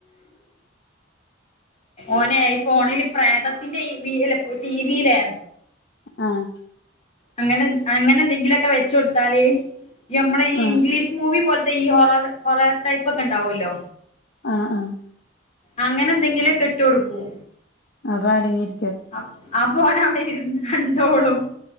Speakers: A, on the left; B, on the left.
A: ഒനെ ഫോണില് പ്രേതത്തിന്റെ ഈ വീ എല്ലഫോ ടിവിലെ
B: ആഹ്
A: അങ്ങനെ അങ്ങനെ എന്തെങ്കിലും ഒക്കെ വെച്ച്കൊടുത്താല് യമ്മളെ ഈ
B: ആഹ്
A: ഇംഗ്ലീഷ് മൂവി പോലത്തെ ഈ ഹൊറർ ഹോറർ ടൈപ്പ് ഒക്കെ ഉണ്ടാവല്ലോ.
B: ആഹ് ആഹ്
A: അങ്ങനെ എന്തെങ്കിലോക്കെ ഇട്ട് കൊടുക്കും.
B: അപ്പോ അടങ്ങിര്
A: ആഹ് അപോൻ അവിടെ ഇരുന്ന് കണ്ടോളും